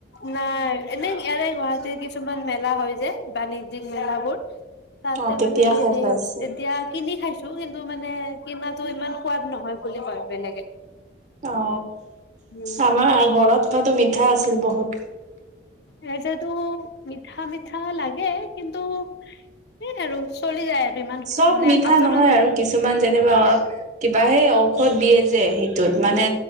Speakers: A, on the left; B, on the right.
A: নাই এনেই ইয়াৰে গুৱাহাটী টে কিছুমান মেলা হয় যে বাণিজ্যিক মেলাবোৰ তাতে
B: অ তেতিয়া
A: মানে হেৰি
B: খাই পাইছে
A: তেতিয়া কিনি খাইছো, কিন্তু মানে কিনাটো ইমান সোৱাদ নহয় বুলি কয় বেলেগে।
B: অ
A: হুম
B: আমাৰ ঘৰত খোৱাটো মিঠা আছিল বহুত
A: ৰাইছৰটো মিঠা মিঠ ঠা লাগে, কিন্তু সেইয় আৰু চলি যায় আৰু ইমান
B: চব
A: মানে
B: মিঠা
A: আচলতে
B: নহয় আৰু, কিছুমান যেনিবা অ কিবা হেই ঔষধ দিয়ে যে, সেই টো, মানে